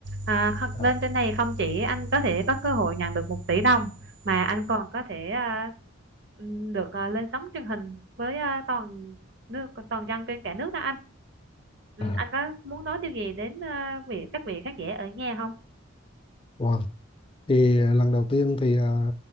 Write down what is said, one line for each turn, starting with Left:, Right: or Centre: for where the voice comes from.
Right: À, kho-
Left: À,
Right: lên
Left: à,
Right: trên này không chỉ anh có thể có cơ hội nhận được một tỷ đồng mà anh còn có thể à, ừm, được à, lên sóng truyền hình với à, toàn nước ờ, toàn dân trên cả nước đó anh. Ừ,
Left: à,
Right: anh có muốn nói điều gì đến à, vị các vị khán giả ở nhà không?
Left: wow. thì à, lần đầu tiên thì à,